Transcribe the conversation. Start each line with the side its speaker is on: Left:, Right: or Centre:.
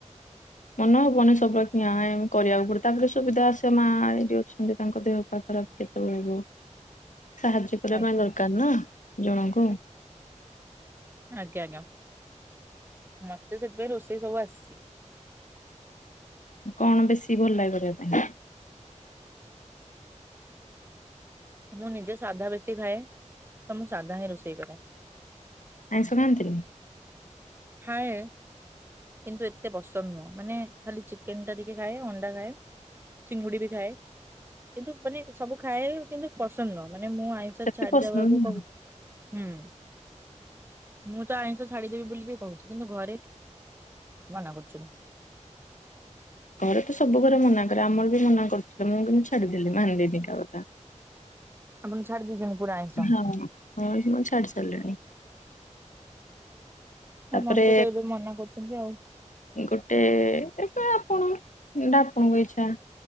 Left: ମନ ହବନି ସବୁୁବେଳେ କି କରିବାକୁ ପଡିବ ତାପରେ ସୁବିଧା ଆସେ ମା ଏଇଠି ଅଛନ୍ତି ତାଙ୍କ ଦେହ ପା ଖରାପ। କେତେବେଳେ ହବ ସାହାଯ୍ୟ କରିବା
Right: ଆଜ୍ଞା
Left: ପାଇଁ ଦରକାର ନା ଜଣଙ୍କୁ।
Right: ଆଜ୍ଞା ଆଜ୍ଞା ମତେ ସେଥିପାଇଁ ରୋଷେଇ ସବୁ ଆସିଛି।
Left: କଣ ବେଶୀ ଭଲଲାଗେ କରିବା ପାଇଁ?
Right: ମୁଁ ନିଜେ ସାଧା ବେଶୀ ଖାଏ ତ ମୁଁ ସାଧା ହିଁ ରୋଷେଇ କରେ।
Left: ଆଇଁଷ ଖାଆନ୍ତିନି?
Right: ଖାଏ କିନ୍ତୁ ଏତେ ପସନ୍ଦ ନୁହଁ ମାନେ ଖାଲି ଚିକେନ୍ ଟା ଟିକେ ଖାଏ ଅଣ୍ଡା ଖାଏ ଚିଙ୍ଗୁଡି ବି ଖାଏ କିନ୍ତୁ ମାନେ ସବୁ ଖାଏ କିନ୍ତୁ ପସନ୍ଦ ନୁହଁ ମାନେ ମୁଁ ଆଇଁ
Left: ସେତେ
Right: ଛାଡିଦବାକୁ
Left: ପସନ୍ଦ ନୁହଁ।
Right: କହୁଛି ହୁଁ ମୁଁ ତ ଆଇଁଷ ଛାଡିଦେବି ବୋଲିବି କହୁଛି କିନ୍ତୁ ଘରେ ମନା କରୁଛନ୍ତି
Left: ଘରେ ତ ସବୁବେଳେ ମନା କରେ ଆମର ବି ମନା କରିୁଥିଲେ ମୁଁ କିନ୍ତୁ ଛାଡିଦେଲି ମାଣିଲିନି କା କଥା।
Right: ଆପଣ ଛାଡ଼ିଦେଇଛନ୍ତି ପୁରା ଆଇଁଷ?
Left: ହଁ ହଁ ଜମା ଛାଡିସାରିଲିଣି। ତାପରେ
Right: ହଁ ମତେ ତ ଏବେ ମନା କରୁଚନ୍ତି ଆଉ।
Left: ଗୋଟେ ଏବେ ଆପଣ ଏଟା ଆପଣଙ୍କ ଇଛା।